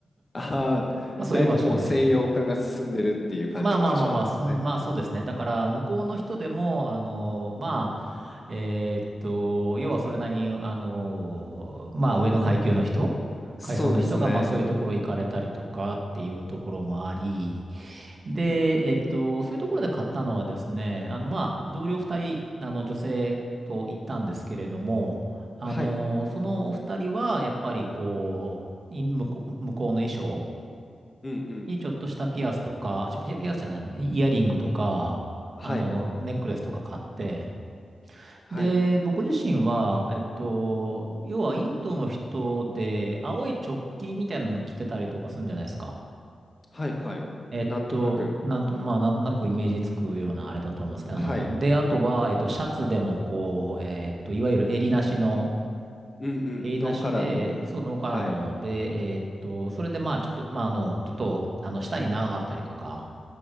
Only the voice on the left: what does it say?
ああ、
だいぶもう西洋化が進んでるっていう感じの場所なんですね。
そうですね。
うんうん。
はい。
うんうん。
はい。
はい。
はいはい。
なんとなく。
はい。
うんうん。
ノーカラーの。
はい。